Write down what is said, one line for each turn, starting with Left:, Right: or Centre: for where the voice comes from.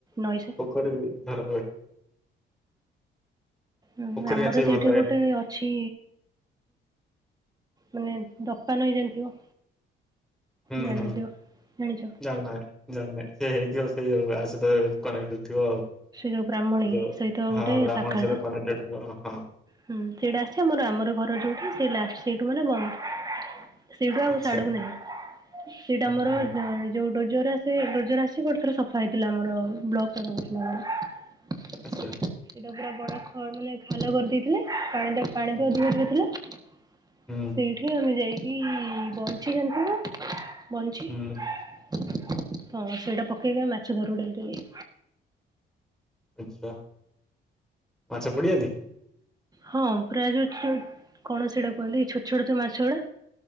Right: ନଈସ
Centre: କରିବି ଧର <unintelligible>
Right: ହୁଁ
Centre: ପୋଖରୀ
Right: ଆମର
Centre: ମାଛ ବି
Right: ସେଇଠି
Centre: ଭଲ ଲାଗେ।
Right: ଗୋଟେ ଅ ଛି ମାନେ ଦତା ନଈ ଜାଣିଥିବ?
Centre: ହୁଁ-
Right: ଜାଣିନଥିବ?
Centre: ହୁଁ
Right: ଜାଣିଛ
Centre: <unintelligible> ଭାର ଜାଣିନେଇ ସେ ହେଇଥିବ, ସେଇ ଆ ସହିତ କନେକ୍ଟ ଥିବ ଆଉ। ସେ
Right: ଯୋଉ ବ୍ରାହ୍ମଣୀ
Centre: ଯୋଉ
Right: ସହିତ ଗୋଟେ
Centre: ହଁ ବ୍ରାହ୍ମଣୀ
Right: ଶାଖାଟା।
Centre: ସହିତ କନେକ୍ଟଡ୍ ଥିବ ଆଉ ହଁ।
Right: ହୁଁ ସେଇଟା ଆସିଛି ଆମର, ଆମର ଘର ଯୋଉଠି ସେ ଲାଷ୍ଟ ସେଇଠୁ ମାନେ ବନ୍ଦ। ସେଇଟୁ ଆଉ
Centre: ଆଚ୍ଛା
Right: ସାଡୁକୁ ନାହିଁ, ସେଇଟା
Centre: ହୁଁ
Right: ଆମର
Centre: ହୁଁ।
Right: ଯୋଉ ଡୋଜର୍ ଆସି ସେ ଡୋଜର୍ ଆସି ଗୋଟେ ଥର ସଫା ହେଇଥିଲା ଆମର, ବ୍ଲକ ତରଫରୁ ନା କଣ।
Centre: ଆଚ୍ଛା।
Right: ସେଇଟା ପୁରା ବଡ ଖ ମାନେ ଖାଲ କରିଦେଇଥିଲା, ପାଣିଟା ପାଣି
Centre: ହୁଁ
Right: ବି ଅଧିକ ଅଧିକ ଥିଲା।
Centre: ହୁଁ
Right: ସେଇଠି ଆମେ ଯାଇକି ବଇଁଞ୍ଚି ଜାଣିଥିବ? ବଇଁଞ୍ଚି,
Centre: ହୁଁ
Right: ତ ସେଇଟା ପକେଇକି ମାଛ ଧରୁ ଡେଲି ଡେଲି।
Centre: ଆଚ୍ଛା ମାଛ ପଡିଯାନ୍ତି?
Right: ହଁ ପୁରା ଯୋଉ କଣ ସେଇଟାକୁ କୁହନ୍ତି, ଛୋଟ ଛୋଟ ଯୋଉ ମାଛ ଗୁଡା?